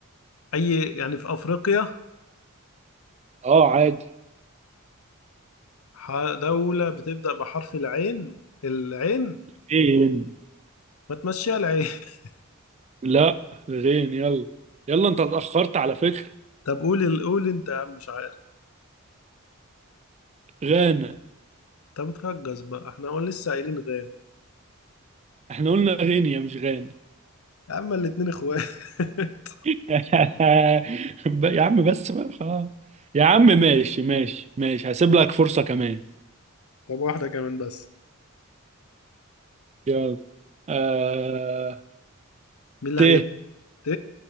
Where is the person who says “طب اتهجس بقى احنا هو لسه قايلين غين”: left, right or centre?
Left